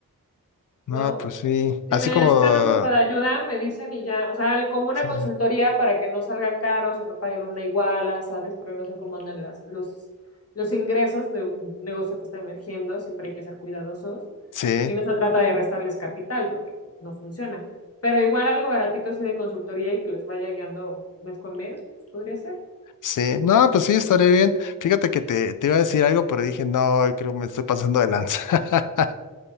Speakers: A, on the left (about 60°); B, on the left (about 40°).
A: No,
B: ¿no?
A: pues sí.
B: Si
A: Así
B: necesitan
A: como...
B: un poco de ayuda, me dicen y ya, o sea, le- como una
A: Sí,
B: consultoría para que no salgan caros o no paguen una iguala, ¿sabes? Porque no sé cómo andan las, los, los ingresos de un negocio que está emergiendo, siempre hay que ser cuidadosos.
A: sí.
B: Y no se trata de restarles capital porque pues no funciona. Pero igual algo baratito así de consultoría y que les vaya guiando mes con mes, pues podría ser.
A: sí. No, pues sí, estaría bien. Fíjate que te, te iba a decir algo, pero dije, no, creo que me estoy pasando de lanza. <laughs>